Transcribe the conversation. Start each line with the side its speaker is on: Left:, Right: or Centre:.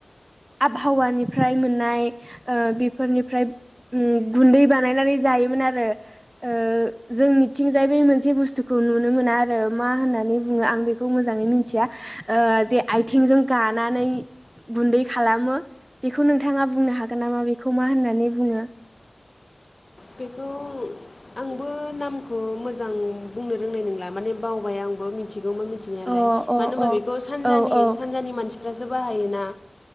Right: आबहावानिफ्राय मोननाय ओ बेफोरनिफ्राय उम गुन्दै बानायनानै जायोमोन आरो ओ जोंनिथिंजाय बे मोनसे बुस्थुखौ नुनो मोना आरो मा होननानै बुंङो आं बे मोेजांङै मिनथिया ओ‌ जे आइथेंजों गाना नानै गुन्दै खालामो बेखौ नोंथांङा बुंनो हागोन नामा बेखौ मा होननानै बुंङो?
Left: बेखौ आंबो नामखौ मोजां बुंनो रोंनाय नंला माने बावबाय आं आंबो मिथिगौमोन मिथिनायालाय
Right: अ अ
Left: मानो होनबा
Right: अ
Left: बेखौ सानजानि
Right: औ औ
Left: सानजानि मानसिफ्रासो बाहायोना